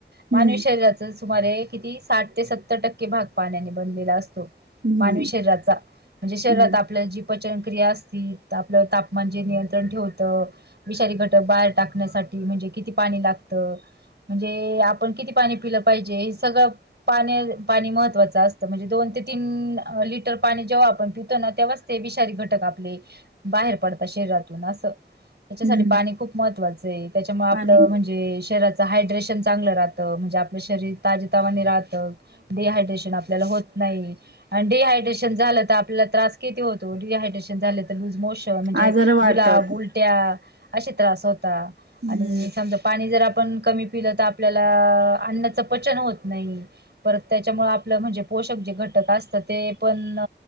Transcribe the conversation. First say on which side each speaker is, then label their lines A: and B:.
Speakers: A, on the right; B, on the right.
A: मानवी
B: हम्म
A: शरीराच सुमारे किती साठ ते स टक्के भाग पाण्याने बनलेला असतो
B: हम्म
A: मानवी शरीराचा म्हणजे शरीरात
B: हम्म
A: आपल्या जी पचन क्रिया असती आपलं तापमान जे नियंत्रण ठेवतं. विषारी घटक बाहेर टाकण्यासाठी म्हणजे किती पाणी लागतं. म्हणजे आपण किती पाणी पिलं पाहिजे हे सगळं पाण्या पाणी महत्वाचं असतं म्हणजे दोन ते तीन लिटर पाणी जेव्हा आपण प तेव्हाच ते विषारी घटक आपले बाहेर पडतात शरीरातून असं त्याच्यासाठी
B: हम्म
A: पाणी खूप महत्त्वाचं आहे त्याच्यामुळ आपलं
B: आणि
A: म्हणजे शरिरात हायड्रेशन चांगलं राहतं म्हणजे आपलं शरीर ताज तवाने राहतं. डिहायड्रेशन आपल्याला होत नाही आणि डिहाय हायड्रेशन झालं तर आपल्याला त्रास किती होतो डी हायड्रेशन झालं तर लूज मोशन म्हणजे
B: आजार वाढतात
A: जुलाब उलटी त्या असे त्रास होता
B: हम्म
A: आणि समजा. पाणी जर आपण कमी पिलं तर आपल्याला अन्नाचं पचन होत नाही. परत त्याच्यामुळे आपलं म्हणजे पोषक जे घटक असतं ते पण